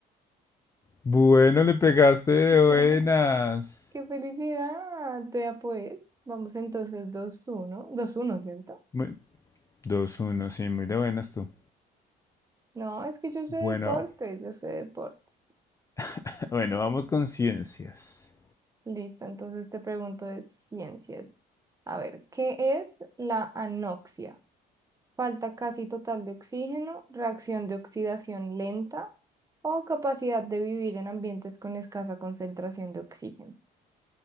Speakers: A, on the left; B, on the right.
A: Bueno, le pegaste de
B: <laughs>
A: buenas.
B: ¡Qué felicidad! Vea pues, vamos entonces dos uno, dos uno, ¿cierto?
A: Muy- 2-1, sí, muy de buenas tú.
B: No, es que yo sé
A: Bueno,
B: deportes, yo sé deportes.
A: <laughs> bueno, vamos con ciencias.
B: Listo, entonces te pregunto de ciencias. A ver, ¿qué es la anoxia? falta casi total de oxígeno, reacción de oxidación lenta o capacidad de vivir en ambientes con escasa concentración de oxígeno.